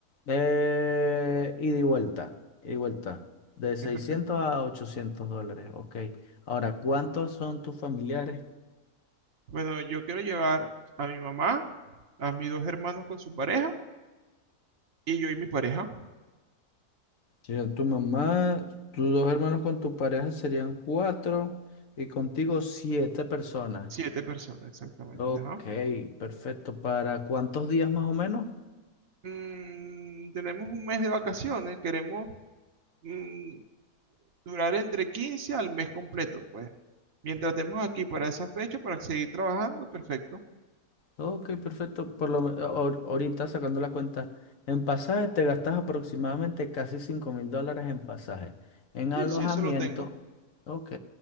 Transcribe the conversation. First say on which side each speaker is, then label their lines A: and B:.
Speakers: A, on the left (about 60°); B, on the right (about 60°).
A: Eh, ida y vuelta. Ida y vuelta. De seiscientos
B: Qué perfecto.
A: a 800 dólares. Ok. Ahora, ¿cuántos son tus familiares?
B: Bueno, yo quiero llevar a mi mamá, a mis dos hermanos con su pareja y yo y mi pareja.
A: Sería tu mamá, tus dos hermanos con tu pareja serían cuatro y contigo siete personas.
B: Siete personas, exactamente,
A: Ok,
B: ajá.
A: perfecto. ¿Para cuántos días más o menos?
B: Mm, tenemos un mes de vacaciones, queremos mm, durar entre 15 al mes completo, pues. Mientras estemos aquí para esa fecha, para seguir trabajando, perfecto.
A: Ok, perfecto. Por lo, me- ahor- ahorita sacando la cuenta, en pasaje te gastas aproximadamente casi cinco mil dólares en pasaje. En
B: Sí,
A: alojamiento,
B: sí, eso lo tengo.
A: ok.